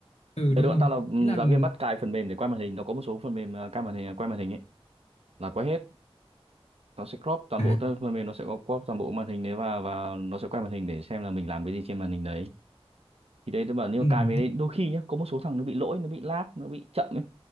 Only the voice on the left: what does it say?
ừ
đúng
rồi
ý là ừ,
à
ừ,